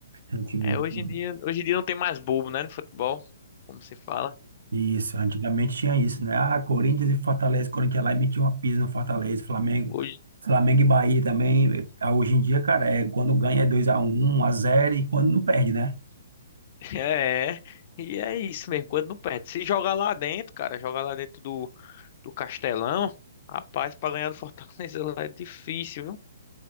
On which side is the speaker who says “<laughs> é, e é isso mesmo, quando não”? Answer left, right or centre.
Left